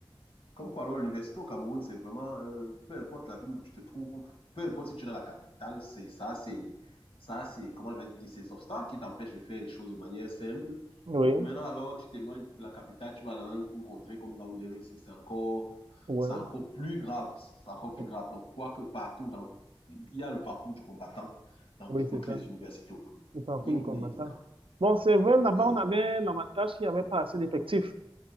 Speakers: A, on the left; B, on the right.
A: Comme quoi, alors, l'université au Cameroun, c'est vraiment, euh, peu importe la ville où tu te trouves, peu importe si tu es dans la capitale, c'est ça, c'est ça, c'est, comment je vais dire, ces obstacles qui t'empêchent de faire les choses de manière simple.
B: oui,
A: Maintenant, alors, tu t'éloignes de la capitale, tu vas dans une contrée comme Yaoundé, c'est c'est encore,
B: oui,
A: c'est encore plus grave, c'est encore plus
B: oui,
A: grave. Donc, quoique partout, dans, il y a le parcours du combattant dans
B: Oui,
A: toutes
B: c'est ça.
A: les universités au Cameroun.
B: Le parcours
A: Rien
B: du
A: n'est
B: combattant.
A: évident.
B: Bon, c'est vrai, là-bas,
A: Oui,
B: on avait l'avantage qu'il n'y avait pas assez d'effectifs.